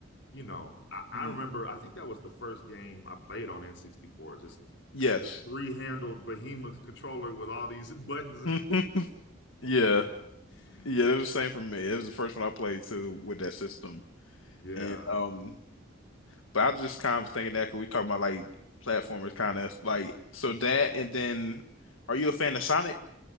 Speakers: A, on the left (about 60°); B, on the left (about 80°).
A: you know, I, I
B: Mm.
A: remember I think that was the first game I played on N64 just
B: Yes.
A: this three-handled behemoth controller with all these buttons.
B: <laughs> Yeah.
A: <laughs>
B: Yeah, that was the same for me. It was the first one I played too with that system.
A: yeah,
B: And um but I just kind of was thinking that 'cause we talking about like platformers kind of like so that and then are you a fan of Sonic?